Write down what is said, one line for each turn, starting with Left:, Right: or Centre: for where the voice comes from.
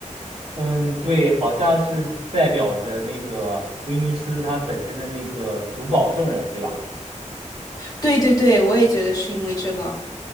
Right: 嗯，对，好像是代表着那个威尼斯它本身的那个主保圣人，对吧？
Left: 对对对，我也觉得是因为这个。